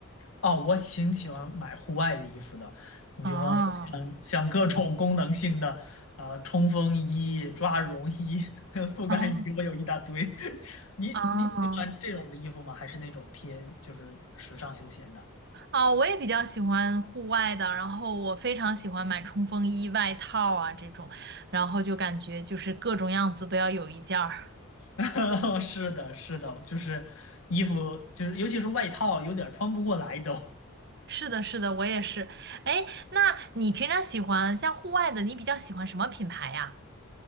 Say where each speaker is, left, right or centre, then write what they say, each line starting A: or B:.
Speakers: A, on the left; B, on the right.
A: 哦，我挺喜欢买户外的衣服的，你比方说像像各种功能性的，
B: 哦
A: 呃，冲锋衣、抓绒衣、<laughs> 速干衣，
B: 哦
A: 我有一大堆。<laughs> 你你喜欢这种的衣服吗？
B: 哦
A: 还是那种偏就是时尚休闲的？
B: 哦，我也比较喜欢户外的，然后我非常喜欢买冲锋衣、外套啊这种，然后就感觉就是各种样子都要有一件儿。
A: <laughs> 是的，是的，就是衣服，就是尤其是外套，有点穿不过来都。
B: 是的，是的，我也是。哎，那你平常喜欢像户外的，你比较喜欢什么品牌呀？